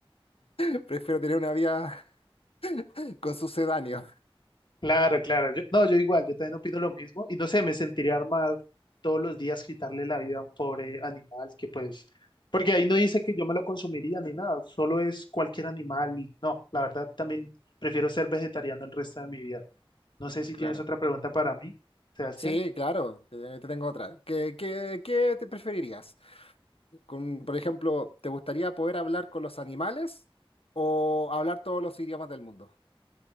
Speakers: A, on the left; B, on the left.
A: <laughs> prefiero tener una vida <laughs> con sucedáneo.
B: Claro, claro. yo- no, yo igual, yo también opino lo mismo y no sé, me sentiría mal todos los días quitarle la vida a un pobre animal que pues, porque ahí no dice que yo me lo consumiría ni nada, solo es cualquier animal y no, la verdad también prefiero ser vegetariano el resto de mi vida. No sé si
A: Claro.
B: tienes otra pregunta para mí, Sebastián.
A: Sí, claro, te, te tengo otra. ¿Qué, qué, qué te preferirías? Con, por ejemplo, ¿te gustaría poder hablar con los animales o hablar todos los idiomas del mundo?